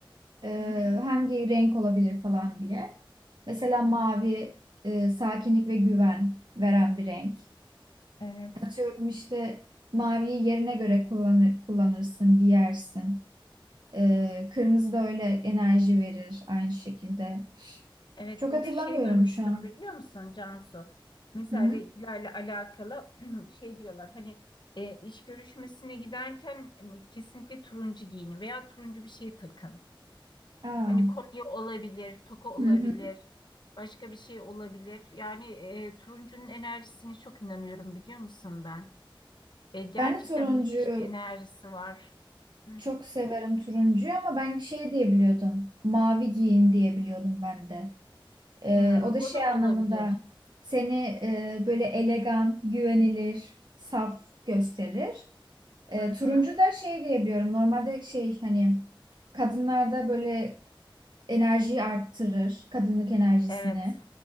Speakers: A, on the right; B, on the left.
A: E,
B: hı hı.
A: hangi renk olabilir falan diye. Mesela mavi e, sakinlik ve güven veren bir renk.
B: Evet.
A: Atıyorum işte maviyi yerine göre kullanır, kullanırsın, giyersin. Ee, kırmızı da öyle enerji verir aynı şekilde.
B: Evet
A: Çok
B: bir
A: hatırlamıyorum
B: de şey duymuştum
A: şu an.
B: biliyor musun Cansu? Mesela
A: Hı hı.
B: renklerle alakalı <clears throat> şey diyorlar hani e, iş görüşmesine giderken e, kesinlikle turuncu giyinin veya turuncu bir şey takın.
A: Aa.
B: Hani kolye olabilir, toka olabilir,
A: Hı hı.
B: başka bir şey olabilir. Yani e, turuncunun enerjisine çok inanıyorum biliyor musun ben? E, gerçekten
A: Ben de turuncuyu
B: müthiş bir enerjisi var. Hı hı.
A: çok severim turuncuyu ama ben şey diyebiliyordum. Mavi giyin diyebiliyordum ben de. Ee,
B: Hmm,
A: o da
B: o
A: şey
B: da olabilir.
A: anlamında seni e, böyle elegan, güvenilir, saf gösterir. Ee,
B: Hı hı.
A: turuncu da şey diyebiliyorum. Normalde şey hani kadınlarda böyle enerjiyi arttırır, kadınlık enerjisini.
B: Evet.